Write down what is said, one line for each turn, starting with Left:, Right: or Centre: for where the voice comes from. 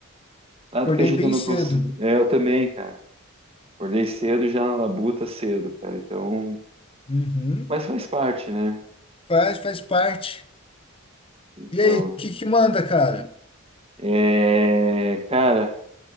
Right: nada
Left: Acordei
Right: que a gente
Left: bem
Right: não
Left: cedo.
Right: consiga. É, eu também, cara. Acordei cedo e já na labuta cedo, cara. Então,
Left: Uhum.
Right: mas faz parte, né?
Left: Faz, faz parte.
Right: Então,
Left: E aí, o que que manda, cara?
Right: é, cara,